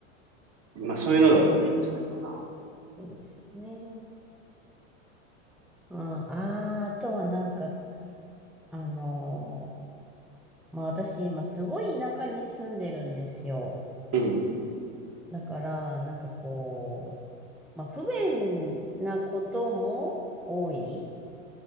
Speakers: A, on the right; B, in the centre.
A: まあそういうのだったらいいんじゃないかな。
B: そうですよね。うん、ああ、あとはなんか、あのーまあ私今すごい田舎に住んでるんですよ。
A: うん。
B: だから、なんかこまあ、不便なことも多い